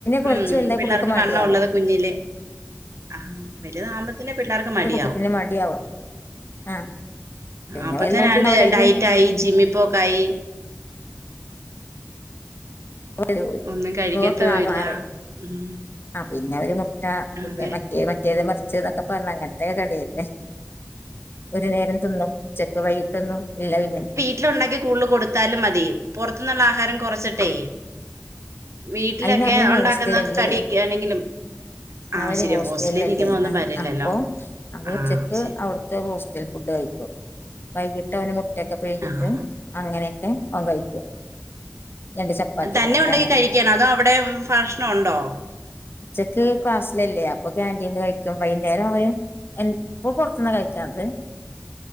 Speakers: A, on the left; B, on the right.
A: കൊറച്ച്
B: ഉം
A: വലുതായ
B: പിള്ളേർക്ക്
A: കുട്ടികൾക്ക് മടിയാവും
B: വണ്ണം ഉള്ളത് കുഞ്ഞിലെ ആഹ് വലുതാമ്പത്തേന് പിള്ളേർക്ക് മടിയാവും
A: കുട്ടികൾക്കന്നെ മടിയാവും ആഹ് പിന്നെ
B: അപ്പൊത്തേന്
A: വലുതാവുമ്പോ പിന്നെ അവരായിട്ട്
B: ഡയറ്റായി ജിമ്മി പോക്കായി
A: അത് പോയി
B: ഒന്നും കഴിക്കത്തും
A: മുഖൊക്കെ ആകെ
B: ഇല്ല
A: മാറി
B: ഉം
A: ആഹ് പിന്നെ ഒരു മുട്ട പിന്നെ
B: അതെ
A: മറ്റേ മറ്റേത് ച്ചതൊക്കെ പറഞ്ഞ് അങ്ങനത്തെ <unintelligible> ഒരു നേരം എന്നും ഉച്ചക്ക് വൈകിട്ടൊന്നും ഇല്ല പിന്നെ
B: വീട്ടില് ഉണ്ടാക്കി കൂടുതൽ കൊടുത്താലും മതിയും പുറത്തു നിന്നുള്ള ആഹാരം കുറച്ചിട്ടേ വീട്ടിലൊക്കെ
A: അയിന് അന്ന്
B: ഉണ്ടാക്കുന്ന
A: ഹോസ്റ്റലല്ലേ
B: കടി ഒക്കെ ആണെങ്കിലും ആഹ്
A: അവര്
B: ശരി
A: ഹോസ്റ്റലില്ലേ
B: ഹോസ്റ്റലിൽ നിൽക്കുമ്പോ ഒന്നും വരില്ലല്ലോ
A: അപ്പൊ അവര്
B: ആഹ്
A: ഉച്ചക്ക്
B: ശരി
A: അവിടു ഹോസ്റ്റൽ ഫുഡ് കഴിക്കും വൈകിട്ട് അവന് മുട്ടയൊക്കെ പിഴിഞ്ഞിട്ട്
B: ആഹ്
A: അങ്ങനെയൊക്കെ ആം കഴിക്കും രണ്ട് ചപ്പാത്തിയൊക്കെ
B: തന്നെ
A: ആയിട്ട്
B: ഉണ്ടാക്കി
A: അങ്ങനെ
B: കഴിക്കാണോ അതോ അവിടെ ഭക്ഷണം ഉണ്ടോ
A: ഉച്ചക്ക് ക്ലാസ്സിലല്ലേ അപ്പൊ ക്യാന്റീന്ന് കഴിക്കും വൈകുന്നേരം അവര് എ ഇപ്പൊ പുറത്തുനിന്നാ കഴിക്കാത്